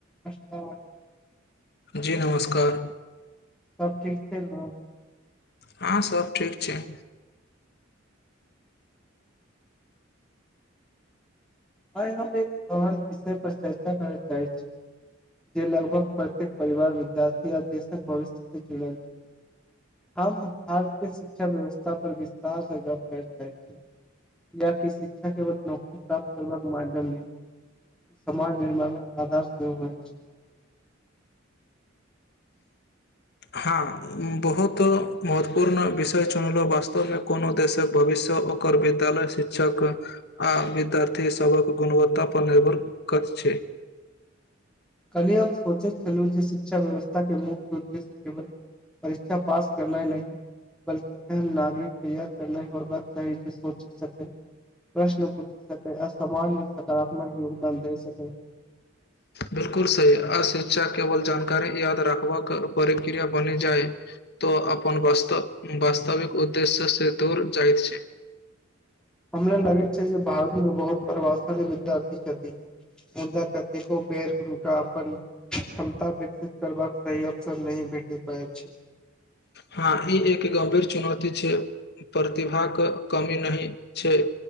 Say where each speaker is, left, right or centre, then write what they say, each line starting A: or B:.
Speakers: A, in the centre; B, on the left.
A: अ
B: जी नमस्कार
A: सब ठीक छै ने
B: हँ सब ठीक छै
A: आइ हम एक आओर विषय पर चर्चा करय चाहै छी जे लगभग प्रत्येक परिवार विद्यार्थी आ देशक भविष्य से जुड़ल छै हम भारत के शिक्षा व्यवस्था पर विस्तार से गप करे चाहै छी किया की शिक्षा केवल नौकरी प्राप्त करे क माध्यम समाज निर्माणक आधार सेहो होई छै
B: हँ बहुत महत्वपूर्ण विषय चुनलहुँ वास्तवमे कोनो देशक भविष्य ओकर विद्यालय छै शिक्षक आ विद्यार्थी सभक गुणवत्ता पर निर्भर करत छै
A: कनि हम सोचैत छलहुँ जे शिक्षा व्यवस्था के मुख्य उद्देश्य केवल परीक्षा पास करनाए नहि बल्कि एहन नागरिक तैयार करना होयबाक चाही जे सोची सकै प्रश्न पूछि सकै आ समाजमे सकारात्मक योगदान दे सकै
B: बिलकुल सी अशिक्षा केवल जानकारी याद रखबाक प्रक्रिया बनि जाय तो अपन वस्त वास्तविक उद्देश्य से दूर जाइ छै
A: हमरा लगैत छै जे भारत मे बहुत प्रभावशाली विद्यार्थी छथि मुदा कतेको बेर हुनका अपन क्षमता विकसित करबाक सही अवसर नहीं भेटे पायब छै
B: हँ ई एक गंभीर चुनौती छै प्रतिभाके कमी नहि छै